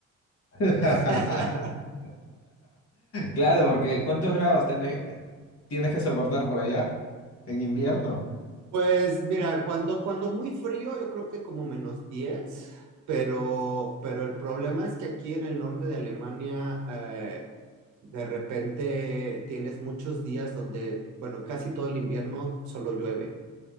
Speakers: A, on the left; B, on the right.
A: <laughs>
B: <laughs>
A: Claro, porque ¿cuántos grados tenés- tienes que soportar por allá en invierno?
B: Pues mira, cuando, cuando muy frío, yo creo que como menos diez pero, pero el problema es que aquí en el norte de Alemania, eh, De repente tienes muchos días donde, bueno, casi todo el invierno solo llueve.